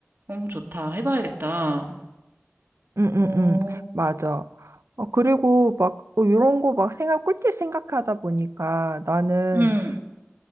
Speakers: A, on the right; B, on the right.
A: 너무 좋다. 해봐야겠다.
B: 응응응
A: 어,
B: 맞아. 어, 그리고 막 뭐 이런 거 막 생각 꿀팁 생각하다 보니까 나는
A: 응,